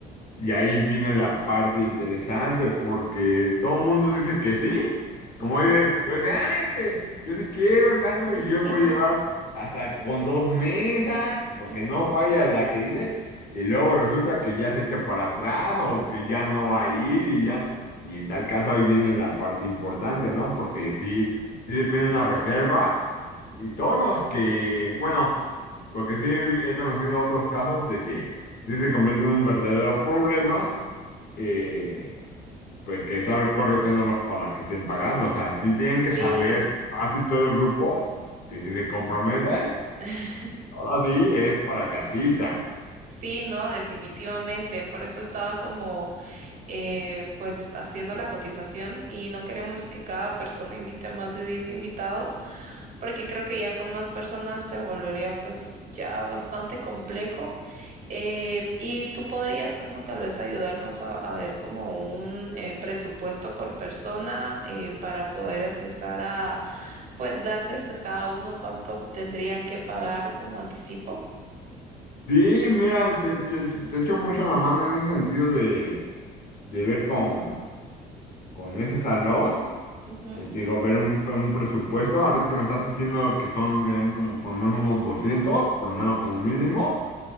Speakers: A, on the left (about 60°); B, on the right (about 50°).
A: Y ahí viene la parte interesante, porque todo el mundo dice que sí. Como
B: Ujú.
A: dices, yo dice, ay, es que yo sí quiero y tanto,
B: <laughs>
A: y yo voy a llevar hasta con dos mesas, porque
B: Ujú,
A: no falla la que dice, y luego resulta que ya se echa para atrás o que ya no va a ir y ya. Y en tal caso ahí viene la parte importante, ¿no? Porque
B: ujú.
A: sí, sí depende de una reserva. Y todos los que, bueno, porque sí he conocido otros casos de que sí se convierte en un verdadero problema, eh, pues que estar correteándolos para que estén pagando. O sea, sí tienen que saber,
B: Sí.
A: así todo el grupo, que si se comprometen,
B: <laughs>
A: ahora sí es para que asistan.
B: Sí, no, definitivamente. Por eso estaba como, eh, pues, haciendo la cotización y no queremos que cada persona invite a más de 10 invitados, porque creo que ya con más personas se volvería, pues, ya bastante complejo. Eh, y tú podrías, como tal vez, ayudarnos a, a ver como un eh, presupuesto por persona eh, para poder empezar a, pues, darles a cada uno cuánto tendrían que pagar como anticipo.
A: Sí, mira, te, te, te- te echo mucho la mano en ese sentido de, de ver con, con ese salón.
B: Ujú,
A: eh, te digo, ver un, un presupuesto. Ahorita que me estás diciendo que son, serían como por lo menos unos 200 por lo menos como
B: ujú,
A: mínimo.